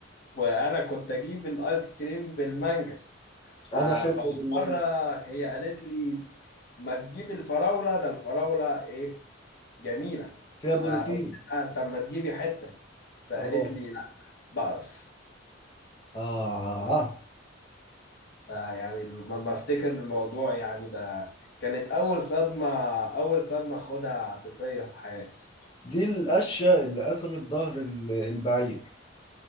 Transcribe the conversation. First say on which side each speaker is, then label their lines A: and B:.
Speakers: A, on the left; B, on the left.
A: وأنا كنت أجيب الآيس كريم بالمانجا
B: انا
A: آه
B: احبه
A: فمرة
B: بالمانجا
A: هي قالت لي ما تجيبي الفراولة ده الفراولة إيه جميلة
B: فيها بروتين
A: فقلت لها طب ما تجيبي حتة فقالت
B: اه
A: لي لا بقرف
B: اه
A: فيعني لما بفتكر الموضوع يعني ده كانت أول صدمة أول صدمة خدها عاطفية في حياتي
B: دي القشة اللي قسمت ظهر ال- البعير